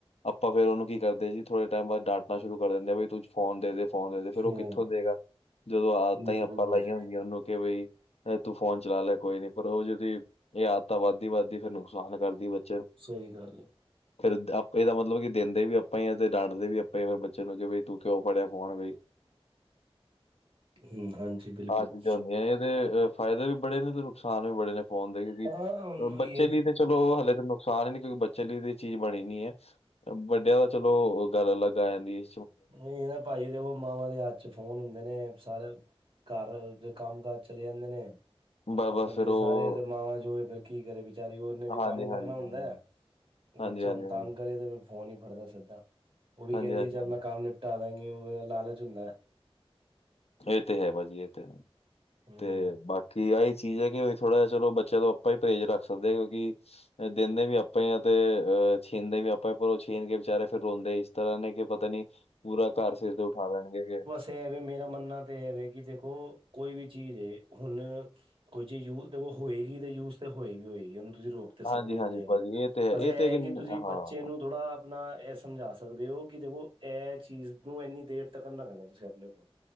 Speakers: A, on the left; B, on the right.
A: ਆਪਾਂ ਫੇਰ ਉਹਨੂੰ ਕੀ ਕਰਦੇ ਜੀ, ਥੋੜੇ ਟੈਮ ਬਾਅਦ ਡਾਟਣਾ ਸ਼ੁਰੂ ਕਰ ਦਿੰਣੇ ਆ, ਬਈ ਫੋਨ ਦੇਦੇ, ਫੋਨ ਦੇਦੇ, ਫੇਰ ਓ
B: ਹਮ
A: ਕਿੱਥੋਂ ਦੇਗਾ? ਜਦੋਂ ਆਦਤਾਂ
B: ਬਿਲਕੁਲ
A: ਈ ਆਪਾਂ
B: ਬਸ
A: ਲਾਈਆਂ ਹੁੰਦੀਆਂ ਓਨੂੰ ਤੇ ਬਈ ਲੈ ਤੂੰ ਫੋਨ ਚਲਾ ਲੈ ਕੋਈ ਨੀ, ਪਰ ਓ ਜਦੀ, ਏ ਆਦਤਾਂ ਵੱਧਦੀ-ਵੱਧਦੀ ਫੇਰ ਨੁਕਸਾਨ ਕਰਦੀ ਬੱ
B: ਸਈ ਗੱਲ ਐ।
A: ਫੇਰ ਦ ਆਪੇ, ਏਦਾ ਮਤਲਬ ਕੀ ਦੇਂਦੇ ਵੀ ਆਪਾਂ ਈ ਆ, ਤੇ ਡਾਂਟਦੇ ਵੀ ਆਪਾਂ ਈ, ਫਿਰ ਬੱਚੇ ਨੂੰ ਜੇ ਬਈ ਤੂੰ ਕਿਉਂ ਫੜਿਆ ਫੋਨ ਬਈ?
B: ਹਮ ਹਾਂਜੀ ਬਿਲਕੁਲ
A: ਆਹ ਚੀਜ਼ਾਂ ਹੁੰਦੀਆਂ, ਐ ਤੇ ਅ ਫਾਇਦੇ ਵੀ ਬੜੇ ਨੇ, ਤੇ ਨੁਕਸਾਨ ਵੀ ਬੜੇ ਨੇ ਫੋਨ ਦੇ ਕਿਉਂਕਿ,
B: ਹਾਂ ਉਹਨੂੰ
A: ਬੱਚੇ
B: ਹੀ ਹੈ
A: ਲਈ ਤੇ ਚਲੋ ਹਲੇ ਨੁਕ ਸਾਨ ਏ, ਨੀ ਕਿਉਂਕਿ ਬੱਚੇ ਲਈ ਤੇ ਏਹ ਚੀਜ਼ ਬਣੀ ਨੀ ਐ। ਵੱਡੇਆਂ ਦਾ ਚਲੋ ਗੱਲ ਅਲੱਗ ਆ ਜਾਂਦੀ ਏ।
B: ਏ ਹੈ ਨਾ ਭਾਜੀ ਦੇਖੋ ਮਾਵਾਂ ਦੇ ਹੱਥ ਚ ਫੋਨ ਹੁੰਦੇ ਨੇ, ਸਾਰੇ ਘਰ ਦੇ ਕੰਮ ਕਾਜ ਚਲੇ ਜਾਂਦੇ ਨੇ
A: ਬ ਬਸ
B: ਬੰਦੇ
A: ਫਿਰ ਉਹ
B: ਸਾਰੇ, ਤੇ ਮਾਵਾਂ ਜੋ ਏ ਫੇਰ ਕੀ ਕਰੇ ਬਚਾਰੀ? ਓਨੇ ਵੀ
A: ਹਾਂਜੀ-ਹਾਂਜੀ,
B: ਕੰਮ ਕਰਨਾ
A: ਹਾਂਜੀ-ਹਾਂਜੀ,
B: ਹੁੰਦਾ ਐ।
A: ਹਾਂਜੀ-ਹਾਂਜੀ,
B: ਬੱਚਾ ਹੁਣ
A: ਹਾਂਜੀ-ਹਾਂਜੀ, ਹਾਂਜੀ
B: ਤੰਗ ਕਰੇ, ਤੇ ਫੇ ਫੋਨ ਈ ਫੜਦਾ ਸਿੱਧਾ। ਓ ਵੀ
A: ਹਾਂਜੀ
B: ਕੈਂਦੀ
A: ਹਾਂਜੀ
B: ਚੱਲ
A: ਹਾਂਜੀ ਹਾਂਜੀ।
B: ਮੈਂ ਕੰਮ ਨਿਪਟਾ ਦਾਂਗੀ, ਓ ਲਾਲਚ ਹੁੰਦਾ ਐ।
A: ਏ ਤੇ ਹੈ ਭਾਜੀ, ਏ ਤੇ ਹੈ,
B: ਹਮ
A: ਤੇ ਬਾਕੀ ਆਈ ਚੀਜ਼ ਐ ਕੀ ਵੀ, ਥੋੜਾ ਜਾ ਚਲੋ ਬੱਚਿਆਂ ਤੋਂ ਆਪਾਂ ਈ ਪਰਹੇਜ਼ ਰੱਖ ਸਕਦੇ ਆਂ, ਕਿਉਂਕਿ ਦੇਨੇ ਵੀ ਆ ਪਏ ਆ, ਤੇ ਅਹ ਛੀਨਦੇ ਵੀ ਆਪਾਂ, ਪਰ ਓ ਛੀਨ ਕੇ ਵਿਚਾਰੇ ਫੇਰ ਰੋਂਦੇ ਇਸ ਤਰ੍ਹਾਂ ਨੇ, ਕੇ ਪਤਾ ਨੀ ਪੂਰਾ ਕਾਰ ਸਿਰ ਤੇ ਉਠਾ ਲੈਣਗੇ ਫੇਰ।
B: ਤੇ ਐ ਵੇਂ ਮੇਰਾ ਮੰਨਣਾ ਤੇ ਐ ਵੇ, ਕੀ ਦੇਖੋ ਕੋਈ ਵੀ ਚੀਜ਼ ਏ, ਹੁਣ ਕੋਈ ਚੀਜ਼ ਯੂਜਡ ਹੋਏਗੀ, ਤੇ ਯੂਜ ਤੇ ਹੋਏਗੀ-ਹੋਏਗੀ ਓਨੂੰ ਤੁਸੀਂ ਰੋਕ ਤੇ ਸਕਦੇ
A: ਹਾਂਜੀ ਹਾਂਜੀ
B: ਨੀ ਹੈਗੇ,
A: ਭਾਜੀ ਇਹ ਤੇ ਹੈ
B: ਬਸ ਐ
A: ਇਹ ਤੇ ਕਿ
B: ਕੀ ਤੁਸੀਂ
A: ਹਾਂ
B: ਬੱਚੇ ਨੂੰ ਥੋੜ੍ਹਾ ਅਪਣਾ ਐ ਸਮਝਾ ਸਕਦੇ ਓ ਕੀ ਦੇਖੋ ਐ, ਚੀਜ਼ ਨੂੰ ਏਨੀ ਦੇਰ ਤੱਕ ਨਾ ਰੱਖਣਾ ਤੁਸੀਂ ਆਪਣੇ ਕੋਲ।